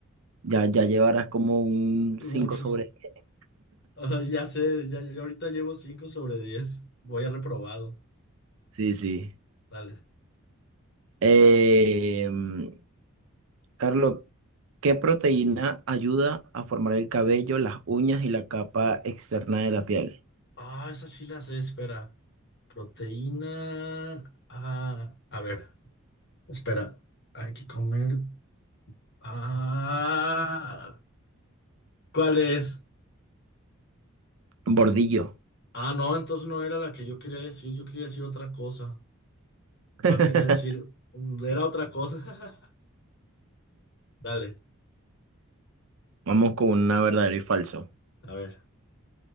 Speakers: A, on the right; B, on the left.
A: ya, ya llevarás como un
B: Muchos.
A: cinco sobre.
B: <laughs>
A: diez.
B: Ah, ya sé, ya, ya yo ahorita llevo 5 sobre diez Voy a reprobado.
A: Sí, sí.
B: Dale.
A: Eh, mm, Carlos, ¿qué proteína ayuda a formar el cabello, las uñas y la capa externa de la piel?
B: Ah, esa sí la sé, espera. Proteína. Ah, a ver, espera. Hay que comer. Ah, ¿cuál es?
A: Bordillo.
B: Ah, no, entonces no era la que yo quería decir. Yo quería decir otra cosa.
A: <laughs>
B: ¿Cuál quería decir? Mm, Era otra cosa. <laughs> Dale.
A: Vamos con una verdadero y falso.
B: A ver.